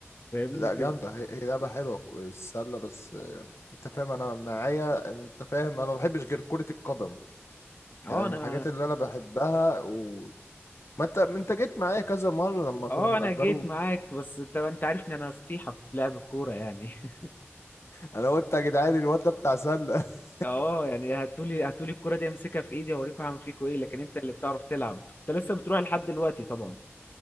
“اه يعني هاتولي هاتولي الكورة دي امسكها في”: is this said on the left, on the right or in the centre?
Left